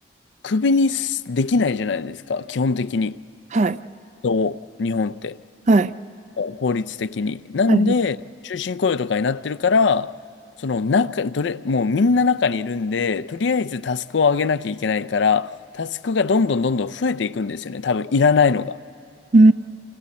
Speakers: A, on the left (about 70°); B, on the right (about 35°).
A: 首にすできないじゃないですか、基本的に。
B: はい。
A: 人を日本って、
B: はい。
A: 法律的に。なんで、
B: はい。
A: 終身雇用とかになってるから、その中、どれ、もうみんな中にいるんで、とりあえずタスクを上げなきゃいけないから、タスクがどんどんどんどん増えていくんですよね、多分いらないのが。
B: うー